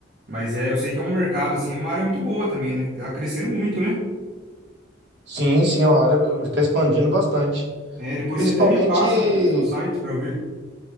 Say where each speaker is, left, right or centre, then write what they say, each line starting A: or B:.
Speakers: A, on the right; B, on the right.
A: Mas é, eu sei que é um mercado, assim, é uma área muito boa também, né? Que Tá crescendo muito, né?
B: Sim, sim, é uma área que está expandindo bastante.
A: É, depois
B: Principalmente.
A: você até me passa seu site pra eu ver.